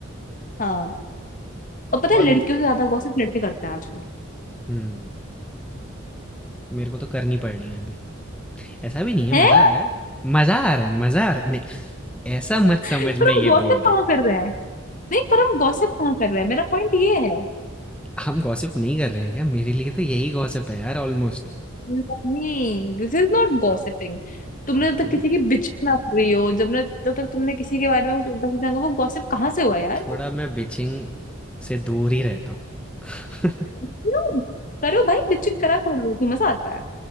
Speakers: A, on the left (about 40°); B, in the centre.
A: हाँ और पता
B: और
A: है लड़कियों
B: म-
A: से ज्यादा गॉसिप लड़के करते हैं आजकल
B: हम्म मेरे को तो करनी पड़ रही है अभी ऐसा भी नहीं है
A: हैं
B: मज़ा आ रहा है मज़ा आ रहा है मज़ा आ रहा है नहीं ऐसा मत
A: <laughs>
B: समझ
A: पर
B: मैं ये
A: हम गॉसिप
B: बोल रहा
A: कहाँ कर रहे हैं नहीं पर हम गॉसिप कहाँ कर रहे हैं मेरा पॉइंट ये है
B: हूँ हम गॉसिप नहीं कर रहे हैं क्या मेरे लिए तो यही गॉसिप है यार ऑलमोस्ट
A: नहीं दिस इज नॉट गॉसिपिंग तुमने
B: ओके
A: जब तक किसी की बिचिंग ना करी हो जब ने जब तक तुमने किसी के बारे में कुछ उल्टा सीधा कहा, वो गॉसिप कहाँ से हुआ यार
B: थोड़ा मैं बिचिंग से दूर ही रहता हूँ <laughs>
A: क्यों करो भाई बिचिक करा कर लो तो मजा आता है